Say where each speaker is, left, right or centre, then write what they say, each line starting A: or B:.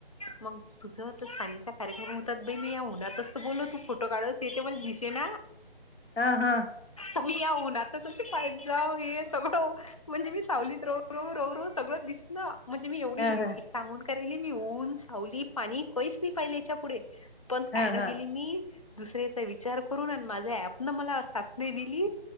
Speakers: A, on the left; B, on the left.
A: मग तुझं तर सांजेचा कार्यक्रम होतात बई मी या उनच बोलो तू फोटो काढस ते तेव दिसे ना.
B: हा हा
A: आम्ही याऊनाता कशी पायत जाऊ हे सगळं म्हणजे मी सावलीत रव रव रव रव सगळं दिसलं म्हणजे मी एवढी.
B: हा हा
A: सांगून करायली मी ऊन सावली पाणी कहीच नाही पाहिले याच्या पुढे पण काय
B: हा
A: ना
B: हा
A: गेली मी दुसऱ्याचा विचार करून आणि माझ्या ऍप न मला साथ नाही दिली.